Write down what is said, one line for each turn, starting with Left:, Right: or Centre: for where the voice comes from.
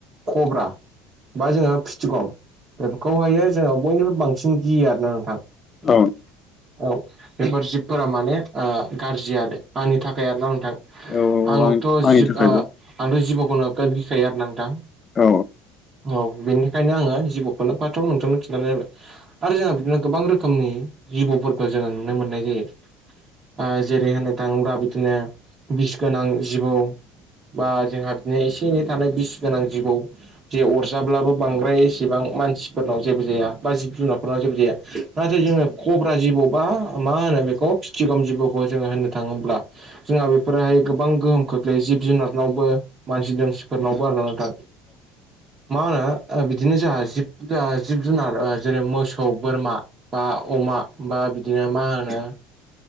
Right: खब्रा बा जोङो फिथ थिगौ बेफोरखौहायो जोङो बयनिफाय बांसिन गियो आरो ना नोंथां।
Left: औ
Right: औ बेफोर जिबफोरा माने आ गाज्रि आरो आंनि थाखाय आरो ना नोंथां।
Left: औ
Right: आंथ'
Left: आं आंनि
Right: जिब
Left: थाखायबो
Right: आ आंथ' जिबौखौ नोगोद गिखायो आरोना नोंथां।
Left: औ
Right: नौ बिनि खायनो आङो जिबौखोनो फाथाव नोंथांनो खिन्थानाय जाबाय। आरो जोंहा बिदिनो गोबां रोखोमनि जिबौफोरखौ जोङो नुनो मोननाय जायो। आ जेरै होननो थाङोब्ला बिदिनो बिस गोनां जिबौ। बा जोंहा बिदिनो एसे एनै थानाय बिस गोनां जिबौ जे अरजाब्लाबो बांद्राय एसेबां मानसिफोरनाव जेबो जाया। बा जिब जुनारफोरनाव जेबो जाया। नाथाय जोङो खब्रा जिबौ बा मा होनो बेखौ फिथिगम जिबौखौ जोङो होननो थाङोब्ला जोंहा बेफोरहाय गोबां गोहोम खोख्लैयो जिब जुनारनावबो। मानसि दोमसिफोरनावबो आरो ना नोंथा। मा होनो दिनो जाहा जिब जा जिब जुनार जेरै मोसौ, बोरमा बा अमा बा बिदिनो मा होनो?